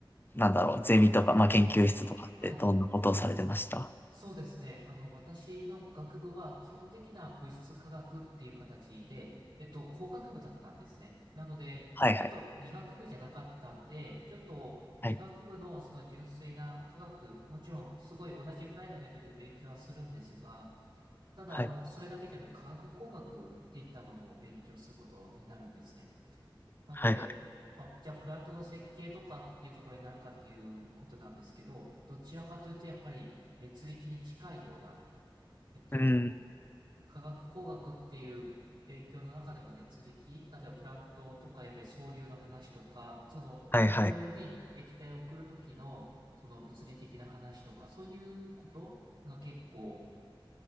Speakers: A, on the left (about 25°); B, on the right (about 60°).
A: なんだろう、ゼミとか、
B: うんうん
A: まあ、研究室とかってどんなことをされてました
B: はい。そうですね。あの、私の学部は基本的な物質科学っていう形で、えっと、工学部だったんですね。なので、
A: はいはい。
B: ちょっと理学部じゃなかったんで、ちょっと理学部のその純粋な科学、
A: はい。
B: もちろんすごい同じぐらいのレベルで勉強はするんですが、ただ、
A: はい。
B: あの、それだけじゃなくて科学工学っていったものも勉強することになるんですね。なので、
A: はいはい。
B: まあ、じゃあプラントの設計とかっていうところになるかっていうことなんですけど、どちらかというとやっぱり熱力に近いような、えっと、
A: うん。
B: 化学工学っていう勉強の中でも熱力、例えばプラントとかやっぱり層流の話とか、そのパイプに液体を送るときのその物理的な話とか、
A: はいはい。
B: そういうことが結構